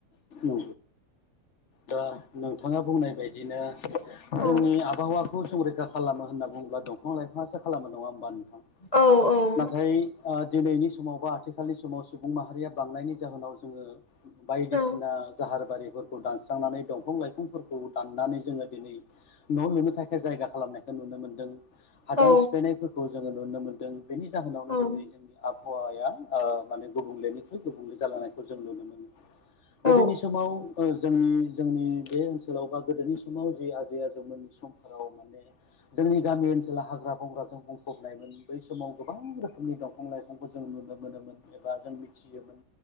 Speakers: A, on the left; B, on the left.
A: औ दा नोंथाङा बुंनाय बायदिनो जोंनि
B: औ
A: आबहावा खौ संरैखा खालाम होनना बुङोला दंफां लाइफांआसो खालामा नङा होनबा नोंथां
B: औ औ
A: नाथाय दिनैनि समाव बा आथिखालनि समाव सुबुं माहारिया बांनायनि जाहोनाव जोङो बायदिसिना
B: औ
A: जाहार बारिफोरखौ दानस्रांनानै दंफां लाइफांफोरखौ दाननानै जोङो दिनै न लुनो थाखाय जायगा खालामनायखौ नुनो मोनो मोन हादान
B: औ
A: सिफायनायफोरखौ जोङो नुनो मोनदों बेनि जाहोनावनो
B: औ
A: दिनै जोंनि आब आबहावाया आ माने गुबुंलेनिख्रुइ गुबुंले जालांनायखौ जों नुनो मोनो गोदोनि
B: औ
A: समाव जोंनि जोंनि बे ओनसोलाव बा गोदोनि समाव जि आजै आजौमोननि समफोराव माने जों जोंनि गामि ओनसोलाव हाग्रा बंग्राजों बुंफबनायमोन बै समाव गोबां रोखोमनि दंफां लाइफांखौ जों नुनो मोनोमोन एबा जों मिथियोमोन